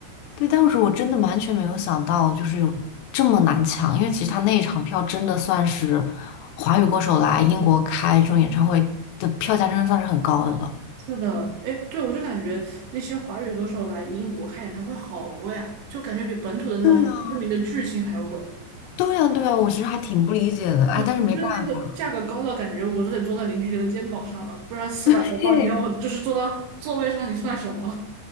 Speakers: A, on the left; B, on the right.
A: 对，当时我真的完全没有想到，就是有这么难抢，因为其实他那一场票真的算是华语歌手来英国开这种演唱会的票价，真的算是很高的了。
B: 是的，哎，对，我就感觉那些华语歌手来英国开演唱会好贵啊，就感觉比本土的那种很知名的巨星还要贵。
A: 对呀，对呀，对呀，我其实还挺不理解的，哎，
B: 就你觉得那个价格高到感觉我都得坐到邻居家的肩膀上了，
A: 但是没办法
B: 不然四百多磅，
A: <laughs>。嘿，
B: 你让我就是坐到座位上，你算什么？